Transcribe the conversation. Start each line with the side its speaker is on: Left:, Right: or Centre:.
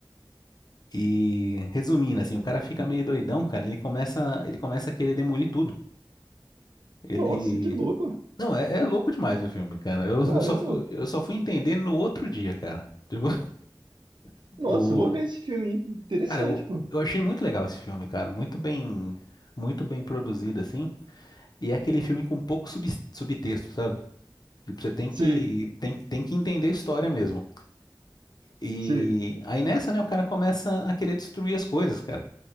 Left: E resumindo, assim, o cara fica meio doidão, cara. Ele começa, ele começa a querer demolir tudo. Ele.
Right: Nossa, que louco.
Left: Não, é, é louco demais o filme, cara. Eu,
Right: Caramba.
Left: eu só fui, eu só fui entender no outro dia, cara. Tipo, <laughs>
Right: Nossa,
Left: o.
Right: eu vou ver esse filme, hein? Interessante,
Left: Cara, eu,
Right: pô.
Left: eu achei muito legal esse filme, cara. Muito bem. Muito bem produzido, assim. E é aquele filme com pouco sub, subtexto, sabe? Tipo, você tem
Right: Sei,
Left: que, tem, tem que entender a história mesmo. E
Right: sei.
Left: aí nessa, né, o cara começa a querer destruir as coisas, cara.